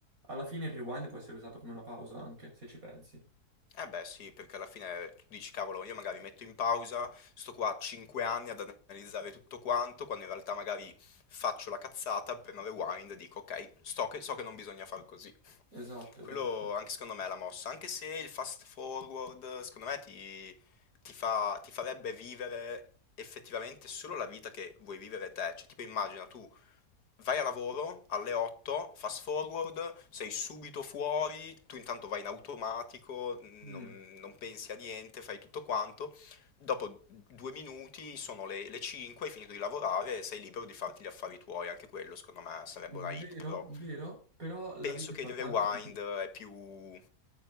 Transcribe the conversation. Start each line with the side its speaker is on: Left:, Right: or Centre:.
Right: alla fine il rewind può essere usato come una pausa anche, se ci pensi.
Left: Eh beh, sì, perché alla fine eh, tu dici, cavolo, io magari metto in pausa, sto qua 5 anni ad analizzare tutto quanto, quando in realtà magari faccio la cazzata, premo rewind e dico, ok, sto che- so che non bisogna far così.
Right: Esatto,
Left: Quello
Right: esatto.
Left: anche secondo me è la mossa, anche se il fast forward secondo me ti, ti fa- ti farebbe vivere effettivamente solo la vita che vuoi vivere te. Cioè, tipo immagina tu vai a lavoro alle 8, fast forward, sei subito fuori, tu intanto vai in automatico, non,
Right: Mm.
Left: non pensi a niente, fai tutto quanto. Dopo due minuti sono le, le 5, hai finito di lavorare e sei libero di farti gli affari tuoi. Anche quello, secondo me, sarebbe
Right: Vero,
Left: una hit, però
Right: vero, però la
Left: Penso
Right: vita
Left: che
Right: è fatta
Left: il rewind
Right: anche di tutti.
Left: è più